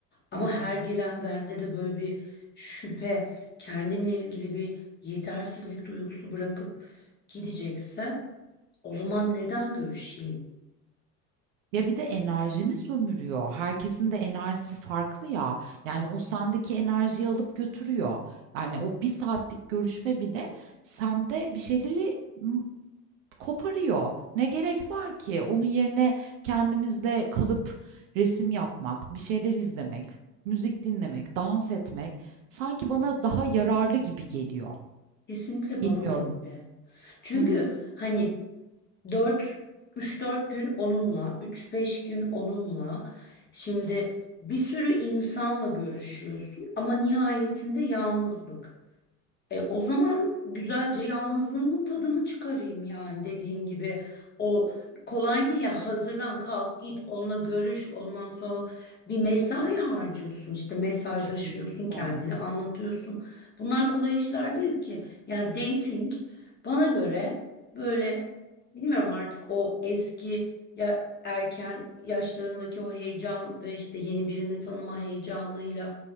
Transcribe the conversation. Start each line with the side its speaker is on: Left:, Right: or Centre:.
Left: Ama
Right: Hı hı.
Left: her gelen bende de böyle bir şüphe, kendimle ilgili bir yetersizlik duygusu bırakıp gidecekse o zaman neden görüşeyim?
Right: Ya bir de enerjini sömürüyor. Herkesin de enerjisi farklı ya. Yani o sendeki enerjiyi alıp götürüyor. Yani o bir saatlik görüşme bile sende bir şeyleri m, koparıyor. Ne gerek var ki? Onun yerine kendimizde kalıp resim yapmak, bir şeyler izlemek, müzik dinlemek, dans etmek sanki bana daha yararlı gibi geliyor.
Left: Kesinlikle
Right: Bilmiyorum.
Left: bana da öyle. Çünkü
Right: Hı hı.
Left: hani 4 3-4 gün onunla, üç beş gün onunla. Şimdi bir sürü insanla görüşüyorsun ama nihayetinde yalnızlık. E, o zaman güzelce yalnızlığımın tadını çıkarayım yani dediğin gibi. O kolay değil ya hazırlan kalk git onunla görüş ondan sonra bir mesai harcıyorsun işte mesajlaşıyorsun
Right: Kesinlikle.
Left: kendini anlatıyorsun. Bunlar kolay işler değil ki. Yani dating bana göre böyle bilmiyorum artık o eski ya erken yaşlarımdaki o heyecan ve işte yeni birini tanıma heyecanıyla